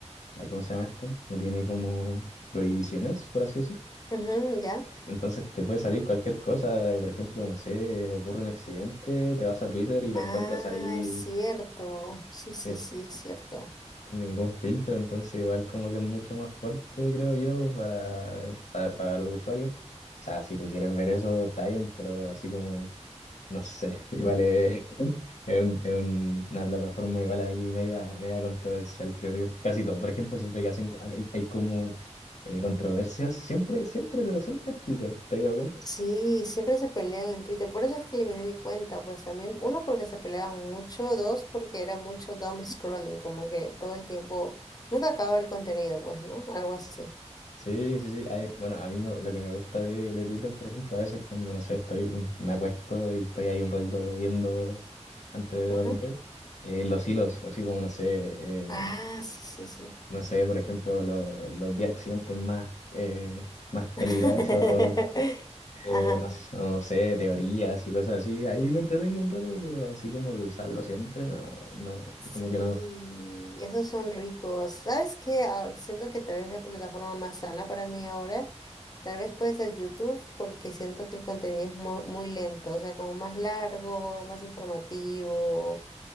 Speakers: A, on the left; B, on the left.
A: ay, ¿cómo se llama esto? No tiene como prohibiciones, por así decir.
B: ujú, ya.
A: Entonces te puede salir cualquier cosa, por ejemplo, no sé, ocurre un accidente, te vas a Twitter y lo
B: Ah,
A: encuentras ahí
B: es cierto. Sí, sí,
A: eh,
B: sí, es cierto.
A: sin ningún filtro, entonces igual como que es mucho más fuerte, creo yo, para, para, para los usuarios. O sea, si tú quieres ver eso, está bien, pero así como No sé, igual es, <laughs> es, un- es un- una plataforma igual ahí media, media controversial, creo yo. Casi todo. Por ejemplo, siempre que hacen, hay, hay como eh, controversias, siempre, siempre, pero siempre es Twitter, ¿te has dado cuenta?
B: Sí, siempre se pelean en Twitter. Por eso es que eliminé mi cuenta, pues también, uno, porque se peleaban mucho, dos, porque era mucho dumb scrolling, como que todo el tiempo, nunca acababa el contenido, pues, ¿no? Algo así.
A: Sí, sí, sí. hay- bueno, a mí me- lo que me gusta de, de Twitter, por ejemplo, a veces cuando, no sé, estoy, me acuesto y estoy ahí un ratito viendo antes de dormir,
B: Ajá.
A: eh, los hilos, así como, no sé,
B: Ah,
A: eh,
B: sí, sí, sí.
A: no sé, por ejemplo, lo- los 10 accidentes más, eh, más Sí.
B: <laughs>
A: peligrosos eh,
B: Ajá.
A: no, s- no sé, teorías y cosas así. Ahí me entretengo un rato, pero así como de usarlo siempre, no, no,
B: Sí,
A: como que no.
B: esos son ricos. ¿Sabes qué? Ah, siento que tal vez la plataforma más sana para mí ahora, tal vez puede ser YouTube, porque siento que el contenido es mu- muy, lento, o sea, como más largo, más informativo.